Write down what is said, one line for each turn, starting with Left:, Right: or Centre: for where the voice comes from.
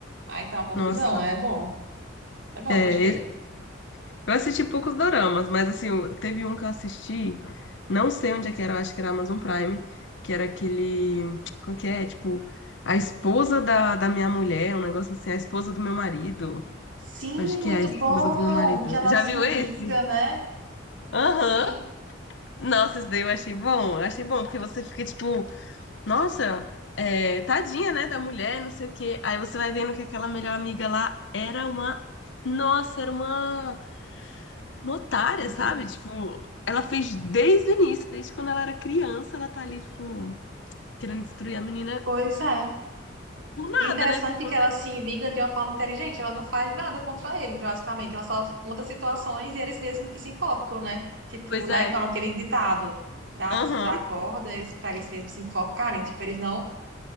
Right: Aí tá uma confusão,
Left: Nossa.
Right: é bom. É bom,
Left: É,
Right: gostei.
Left: esse- eu assisti poucos doramas, mas assim, eu- teve um que eu assisti, não sei onde é que era, eu acho que era Amazon Prime, que era aquele. Como que é? Tipo, a esposa da, da minha mulher, um negócio assim, a esposa do meu marido.
Right: Sim,
Left: Eu Acho que
Right: muito
Left: é a esposa
Right: bom
Left: do meu marido.
Right: que ela
Left: Já
Right: se
Left: viu esse?
Right: vinga, né?
Left: Aham.
Right: Sim,
Left: Nossa, isso daí eu achei bom. Eu achei bom, porque você fica tipo, nossa, é, tadinha, né, da mulher, não sei o quê. Aí você vai vendo que aquela melhor amiga lá era uma. Nossa, era uma, uma otária,
Right: Ok.
Left: sabe? Tipo, ela fez desde o início, desde quando ela era criança, ela tá ali, tipo, querendo destruir a menina
Right: pois é.
Left: por nada,
Right: E o interessante
Left: né? Por conta
Right: é que ela
Left: que.
Right: se vinga de uma forma inteligente, ela não faz nada contra eles, basicamente. Ela só monta situações e eles mesmos que se enforcam, né? Tipo,
Left: Pois
Right: né?
Left: é.
Right: Como aquele ditado, dá,
Left: Aham.
Right: dá cordas para eles mesmos se enforcarem. Tipo, eles não.